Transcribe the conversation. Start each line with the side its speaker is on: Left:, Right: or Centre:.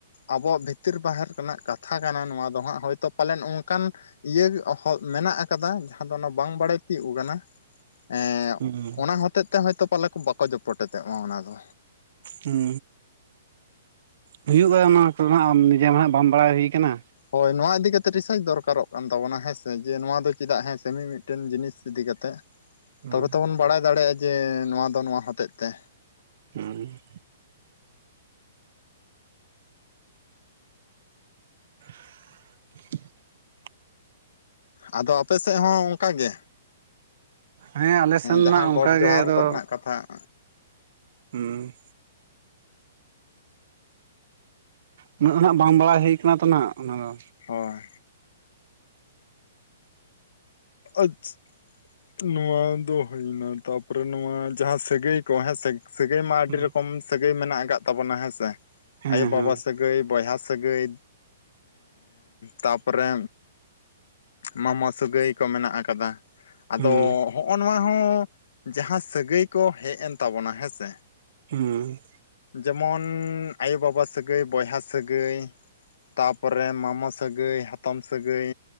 Left: ᱟᱵᱚᱣᱟᱜ ᱵᱷᱤᱛᱤᱨ ᱵᱟᱦᱮᱨ ᱨᱮᱱᱟᱜ ᱠᱟᱛᱷᱟ ᱠᱟᱱᱟ ᱱᱚᱣᱟ ᱫᱚ ᱦᱟᱸᱜ ᱦᱳᱭᱛᱳ ᱯᱟᱞᱮᱱ ᱚᱱᱠᱟᱱ ᱤᱭᱟᱹ ᱦᱚᱸ ᱢᱮᱱᱟᱜ ᱟᱠᱟᱫᱟ ᱡᱟᱦᱟᱸ ᱫᱚ ᱚᱱᱟ ᱵᱟᱝ ᱵᱟᱲᱟᱭ ᱛᱤᱭᱳᱜ ᱟᱠᱟᱱᱟ ᱮ
Right: ᱦᱩᱸ
Left: ᱚᱱᱟᱹ ᱦᱚᱛᱮᱡ ᱛᱮ ᱦᱚᱭᱛᱳ ᱯᱟᱞᱮ ᱠᱚ ᱵᱟᱠᱚ ᱡᱚᱯᱚᱴᱚᱜ ᱢᱟ ᱚᱱᱟ ᱫᱚ
Right: ᱦᱩᱸ, ᱦᱩᱭᱩᱜᱼᱟ ᱚᱱᱟ ᱠᱚᱫᱚᱱᱟᱜ ᱱᱤᱡᱮ ᱢᱟ ᱦᱟᱸᱜ ᱵᱟᱢ ᱵᱟᱲᱟᱭ ᱦᱩᱭ ᱠᱟᱱᱟ
Left: ᱦᱳᱭᱸ ᱱᱚᱣᱟ ᱤᱫᱤᱱ ᱠᱟᱛᱮ ᱨᱤᱥᱟᱨᱪ ᱫᱚᱨᱠᱟᱨᱚᱜ ᱠᱟᱱ ᱛᱟᱵᱚᱱᱟ ᱦᱮᱸᱥᱮ ᱡᱮ ᱱᱚᱣᱟ ᱫᱚ ᱪᱮᱫᱟᱜ ᱦᱮᱸ ᱥᱮ ᱢᱤ-ᱢᱤᱫ ᱴᱮᱱ ᱡᱤᱱᱤᱥ ᱤᱫᱤ ᱠᱟᱛᱮᱫ,
Right: ᱦᱩᱸ
Left: ᱛᱚᱵᱮ ᱛᱚᱵᱚᱱ ᱵᱟᱲᱟᱭ ᱫᱟᱲᱮᱭᱟᱜᱼᱟ ᱡᱮ ᱱᱚᱣᱟ ᱫᱚ ᱱᱚᱣᱟ ᱦᱚᱛᱮᱫ ᱛᱮ
Right: ᱦᱮᱸ <inaudible>
Left: ᱟᱫᱚ ᱟᱯᱮ ᱥᱮᱫ ᱦᱚᱸ ᱚᱱᱠᱟ ᱜᱮ
Right: ᱦᱮᱸ ᱟᱞᱮ ᱥᱮᱱ
Left: ᱡᱟᱦᱟᱸ
Right: ᱱᱟᱜ ᱚᱱᱠᱟ
Left: ᱜᱚᱰ ᱡᱚᱦᱟᱨ
Right: ᱜᱮ, ᱟᱫᱚ
Left: ᱠᱚᱨᱮᱱᱟᱜ ᱠᱟᱛᱷᱟ
Right: ᱦᱩᱸ ᱩᱱᱟᱹᱜ ᱫᱚ ᱱᱟᱜ ᱵᱟᱝ ᱵᱟᱲᱟᱭ ᱦᱩᱭ ᱟᱠᱟᱱᱟ ᱛᱚ ᱦᱟᱸᱜ ᱚᱱᱟ ᱫᱚ
Left: ᱦᱳᱭ ᱟᱼᱪᱷᱸ ᱱᱚᱹᱣᱟ ᱫᱚ ᱦᱩᱭᱹᱱᱟ ᱛᱟᱯᱚᱹᱨᱮ ᱱᱚᱣᱟᱹ ᱡᱟᱦᱟᱸ ᱥᱟᱹᱜᱟᱹᱭ ᱠᱚ ᱦᱮᱸᱥᱮ ᱥᱟᱹᱜᱟᱹᱭ ᱢᱟ ᱟᱹᱰᱤ
Right: ᱦᱩᱸ
Left: ᱨᱚᱠᱚᱢ ᱥᱟᱹᱜᱟᱹᱭ ᱢᱮᱱᱟᱼᱜ ᱟᱼᱠᱟᱫ ᱛᱟᱵᱚᱱᱟ ᱦᱮᱸᱥ
Right: ᱦᱮᱸ
Left: ᱟᱭᱳᱼᱵᱟᱵᱟ
Right: ᱦᱮᱸ
Left: ᱥᱟᱹᱭ ᱥᱟᱹᱜᱟᱹᱭ ᱵᱚᱭᱦᱟ ᱥᱟᱹᱜᱟᱹᱭ ᱛᱟᱯᱚᱹᱨᱮ ᱢᱟᱢᱟ ᱥᱟᱹᱜᱟᱹᱭ ᱠᱚ ᱢᱮᱱᱟᱼᱜ ᱟᱼᱠᱟᱫᱟ ᱟᱼᱫᱚ
Right: ᱦᱩᱸ
Left: ᱦᱚᱜᱼᱚᱭ ᱱᱚᱣᱟᱹ ᱦᱚᱸ ᱡᱟᱦᱟᱸ ᱥᱟᱹᱜᱟᱹᱭ ᱠᱚ ᱦᱮᱡ ᱮᱱ ᱛᱟᱵᱚᱱᱟ ᱦᱮᱸ ᱥᱮ
Right: ᱦᱮᱸ
Left: ᱡᱮᱹᱢᱚᱱ ᱟᱭᱳ ᱵᱟᱵᱟ ᱥᱟᱹᱜᱟᱹᱭ ᱵᱚᱭᱦᱟ ᱥᱟᱹᱜᱟᱹᱭ ᱛᱟᱯᱚᱹᱨᱮ ᱢᱟᱢᱚ ᱥᱟᱹᱜᱟᱹᱭ ᱦᱟᱛᱚᱢ ᱥᱟᱹᱜᱟᱹᱭ